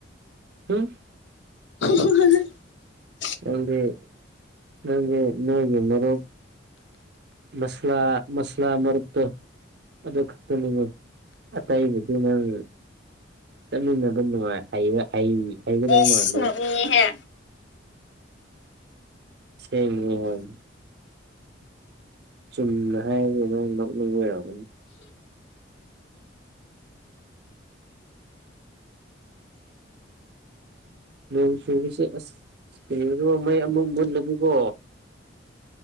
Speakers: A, on the right; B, on the left.
A: ꯍꯝ
B: <inaudible>
A: ꯅꯪꯗꯤ ꯅꯪꯗꯤ ꯅꯣꯏꯒꯤ ꯃꯔꯨꯞ ꯃꯁꯂꯥ ꯃꯁꯂꯥ ꯃꯔꯨꯞꯇꯣ ꯑꯗꯨ ꯈꯛꯇꯅꯤ ꯀꯣ ꯑꯇꯩꯁꯤꯗꯤ ꯅꯪ ꯆꯠꯃꯤꯟꯅꯕ ꯅꯨꯡꯉꯥꯏ ꯍꯩꯌꯦ ꯍꯩꯒꯗꯕ
B: ꯏꯁ
A: ꯃꯥꯟꯗꯕ
B: ꯅꯣꯛꯅꯤꯡꯉꯤꯍꯦ
A: ꯑꯁꯦꯡꯕ ꯋꯥꯅꯤ ꯆꯨꯝꯅ ꯍꯥꯏꯕꯁꯤꯗ ꯅꯣꯛꯅꯤꯡꯕ꯭ꯔꯣ ꯅꯣꯡ ꯆꯨꯕꯁꯦ ꯑꯁ ꯀꯩꯅꯣ ꯃꯩ ꯑꯃꯨꯛ ꯃꯨꯠꯂꯗꯤꯀꯣ